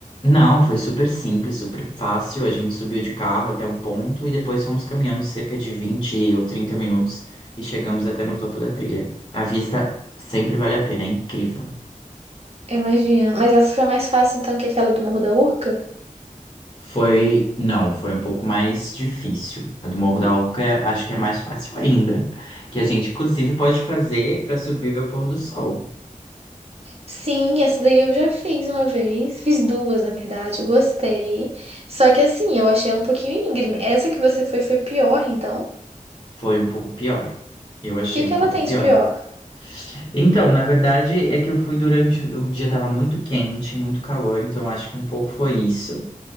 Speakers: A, on the left; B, on the right.
A: Não, foi super simples, super fácil. A gente subiu de carro até um ponto e depois fomos caminhando cerca de 20 ou 30 minutos e chegamos até no topo da trilha. A vista sempre vale a pena, é incrível.
B: Imagina. Mas essa foi mais fácil, então, que aquela do Morro da Urca?
A: Foi, não, foi um pouco mais difícil. A do Morro da Urca é- acho que é mais fácil ainda, que a gente inclusive pode fazer para subir e ver o pôr do sol.
B: Sim, essa daí eu já fiz uma vez. Fiz duas, na verdade. Eu Gostei. Só que assim, eu achei ela um pouquinho íngreme. Essa que você foi foi pior, então. O
A: Foi um pouco pior. Eu achei
B: que que
A: um
B: ela
A: pouco
B: tem
A: pior.
B: de pior?
A: Então, na verdade, é que eu fui durante. O dia tava muito quente, muito calor, então acho que um pouco foi isso.